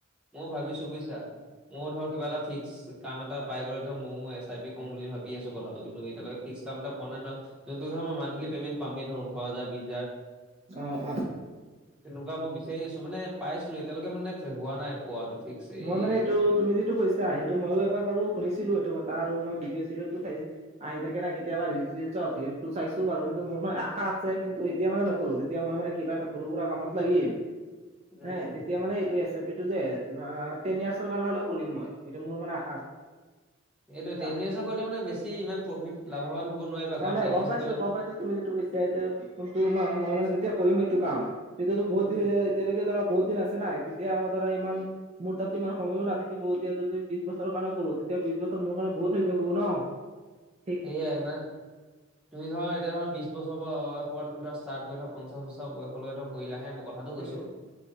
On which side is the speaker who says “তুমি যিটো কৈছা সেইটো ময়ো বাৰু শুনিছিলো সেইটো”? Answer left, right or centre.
Right